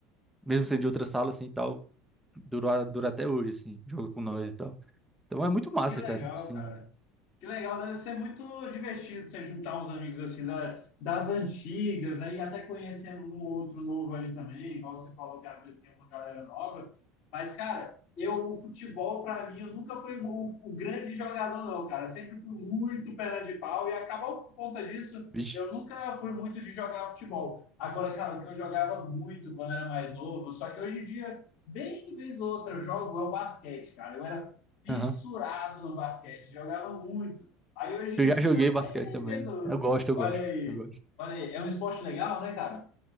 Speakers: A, in the centre; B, on the left.
A: mesmo sendo de outra sala, assim, e tal, durou, a- dura até hoje, assim, joga com nós e tal. Então é muito massa,
B: que legal,
A: cara, assim,
B: cara. Que legal, deve ser muito divertido você juntar uns amigos assim da, das antigas, né? E até conhecendo um outro novo ali também, igual você falou que às vezes tem uma galera nova. Mas, cara, eu, o futebol, para mim, eu nunca fui o, o grande jogador, não, cara. Sempre fui muito perna de pau e acabou por conta disso.
A: vixe.
B: Eu nunca fui muito de jogar futebol. Agora, cara, o que eu jogava muito quando era mais novo, só que hoje em dia, bem vez ou outra, eu jogo é o basquete, cara. Eu era fissurado
A: Aham.
B: no basquete, jogava muito. Aí hoje
A: Eu
B: em
A: já
B: dia,
A: joguei
B: bem
A: basquete também.
B: desoto.
A: Eu gosto, eu
B: Olha
A: gosto,
B: aí,
A: eu gosto.
B: olha aí, é um esporte legal, né, cara?